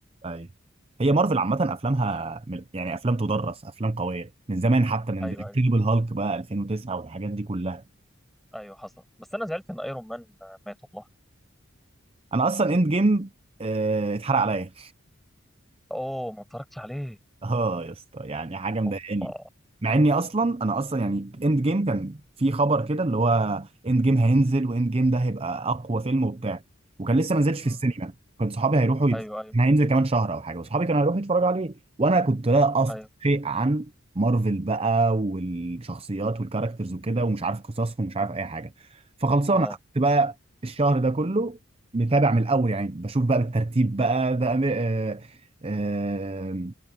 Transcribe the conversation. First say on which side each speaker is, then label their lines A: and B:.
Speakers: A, on the right; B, in the centre.
A: ايوه هي مارفل عامه افلامها من- يعني افلام تدرس افلام قويه من زمان حتى من
B: ايوه
A: انكريدبل
B: ايوه
A: هالك بقى 2009 والحاجات دي كلها
B: ايوه حصل بس انا زعلت ان ايرون مان مات والله
A: انا اصلا اند جيم اتحرق عليا
B: اوه ما اتفرجتش عليه
A: اه يا اسطى يعني حاجه مضايقاني
B: اوبا
A: مع اني اصلا انا اصلا يعني اند جيم كان في خبر كده اللي هو اند جيم هينزل واند جيم ده هيبقى اقوى فيلم وبتاع وكان لسه ما نزلش
B: امم
A: في السينما كنت صحابي هيروحوا يت...
B: ايوه ايوه
A: كان هينزل كمان شهر او حاجه وصحابي كانوا هيروحوا يتفرجوا عليه وانا كنت لا افقه
B: ايوه
A: شيء عن مارفل بقى والشخصيات والكاركترز وكده ومش عارف قصصهم ومش عارف اي حاجه فخلصانه
B: اه
A: قعدت بقى الشهر ده كله متابع من الاول يعني بشوف بقى بالترتيب بقى ده أمي... آه... آه،